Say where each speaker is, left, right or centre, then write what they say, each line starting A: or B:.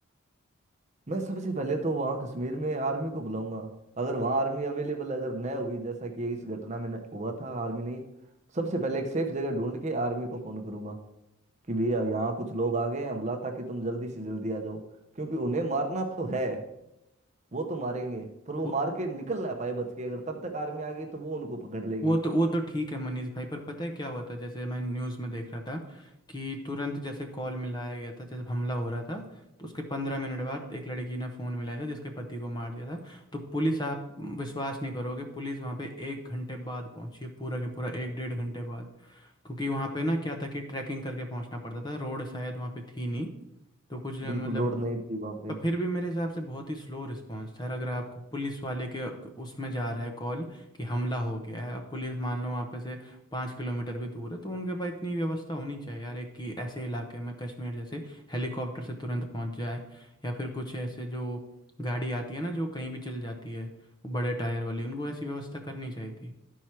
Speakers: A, on the right (about 30°); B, on the left (about 20°).
A: मैं सबसे पहले तो वहाँ कश्मीर में आर्मी को बुलाऊंगा अगर वहाँ आर्मी अवेलेबल अगर न हुई जैसा कि इस घटना में न हुआ था आर्मी नहीं सबसे पहले एक सेफ जगह ढूंढ के आर्मी को फोन करूंगा कि भैया यहाँ कुछ लोग आ गए हैं हमला ताकि तुम जल्दी से जल्दी आ जाओ क्योंकि उन्हें मारना तो है वो तो मारेंगे पर वो मार
B: गए
A: के निकल ना पाए बच के अगर तब तक आर्मी आ गई तो वो उनको पकड़ लेगी
B: वो तो वो तो ठीक है मनीष भाई पर पता है क्या हुआ था जैसे मैं न्यूज़ में देख रहा था कि तुरंत जैसे कॉल मिलाया गया था जब हमला हो रहा था तो उसके पंद्रह मिनट बाद एक लड़की ने फ़ोन मिलाया था जिसके पति को मार दिया था तो पुलिस आप विश्वास नहीं करोगे पुलिस वहाँ पे एक घंटे बाद पहुंची है पूरा के पूरा एक डेढ़ घंटे बाद क्योंकि वहाँ पे ना क्या था कि ट्रैकिंग करके पहुंचना पड़ता था रोड शायद वहाँ पे थी नहीं तो कुछ मतलब
A: बिल्कुल रोड नहीं थी वहां पे
B: पर फिर भी मेरे हिसाब से बहुत ही स्लो रिस्पांस था यार, अगर आपको पुलिस वाले के उसमें जा रहा है कॉल कि हमला हो गया है अब पुलिस मान लो वहाँ पे से पाँच किलोमीटर भी दूर है तो उनके पास इतनी व्यवस्था होनी चाहिए यार एक कि ऐसे इलाके में कश्मीर जैसे हेलीकॉप्टर से तुरंत पहुँच जाए या फिर कुछ ऐसे जो गाड़ी आती है ना जो कहीं भी चल जाती है वो बड़े टायर वाली उनको ऐसी व्यवस्था करनी चाहिए थी